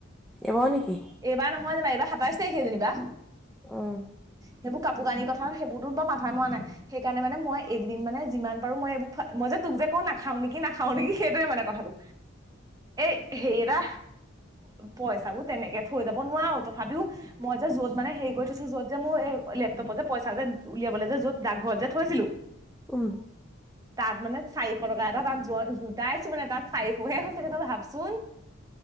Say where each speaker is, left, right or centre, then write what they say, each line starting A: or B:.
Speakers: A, in the centre; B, on the right.
A: এইবাৰো নেকি
B: এইবাৰ নহোৱা জাবা এইবাৰ সাতাইছ তাৰিখে যেনিবা
A: আহ
B: সেইোৰ কোৰ কানি কথা নে সেইবোৰতো বা মাথা মৰা নাই সকাৰণে মানে মই এইকদিন মানে যিমান পাৰো মই এইবোৰ মই যে তোক যে ক নাখাও নেকি নাখাও নেকি সেইটোৱে মানে কথাটো এই হে এটা পইচাবোৰ তেনেকে থৈ যাব নোৱাৰাো তথাপিও মই যে যত মানে হেৰি কৰি থৈছো যত যে মোৰ এই লেপটপত যে পইচা যে উলিয়াবলৈ যে য'ত ডাকঘৰত যে থৈছিলো
A: উম
B: তাত মানে চাৰিশ টকা এটা তাত গোটাইছো মানে তাত চাৰিশয়ে হৈছে কিেই ত ভাবচোন